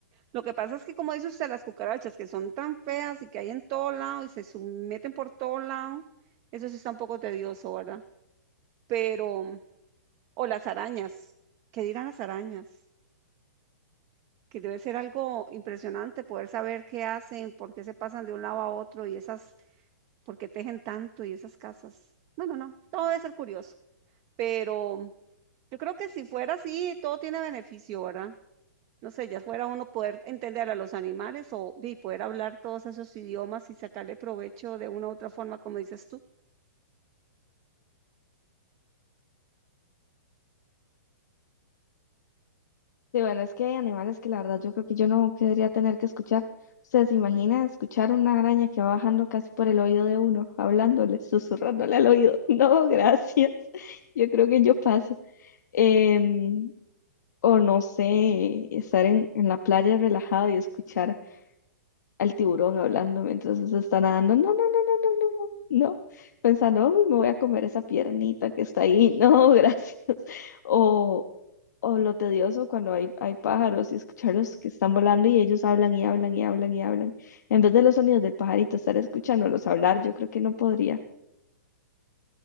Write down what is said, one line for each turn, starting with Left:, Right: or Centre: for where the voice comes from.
Right: Lo que pasa es que, como dice usted, las cucarachas que son tan feas y que hay en todo lado y se meten por todo lado, eso sí está un poco tedioso, ¿verdad? Pero, o las arañas, ¿qué dirán las arañas? que debe ser algo impresionante poder saber qué hacen, por qué se pasan de un lado a otro y esas, por qué tejen tanto y esas casas. Bueno, no, todo debe ser curioso, pero yo creo que si fuera así, todo tiene beneficio, ¿verdad? No sé, ya fuera uno poder entender a los animales o y poder hablar todos esos idiomas y sacarle provecho de una u otra forma, como dices tú.
Left: Sí, bueno, es que hay animales que la verdad yo creo que yo no querría tener que escuchar. O sea, ¿se imagina escuchar una araña que va bajando casi por el oído de uno, hablándole, susurrándole al oído? <laughs> No, gracias. Yo creo que yo paso. Em, o no sé, estar en, en la playa relajado y escuchar al tiburón hablando mientras se está nadando. No, no, no, no, no, no, no, no. Pensando, uy, me voy a comer esa piernita que está ahí. No, <laughs> gracias. O, o lo tedioso cuando hay, hay pájaros y escucharlos que están volando y ellos hablan y hablan y hablan y hablan. En vez de los sonidos del pajarito, estar escuchándolos hablar, yo creo que no podría.